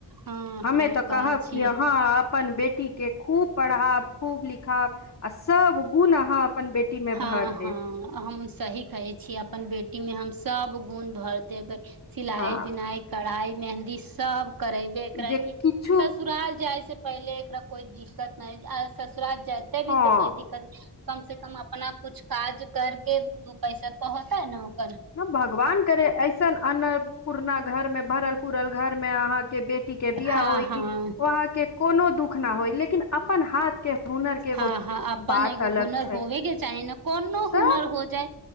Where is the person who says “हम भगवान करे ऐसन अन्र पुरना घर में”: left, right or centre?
Left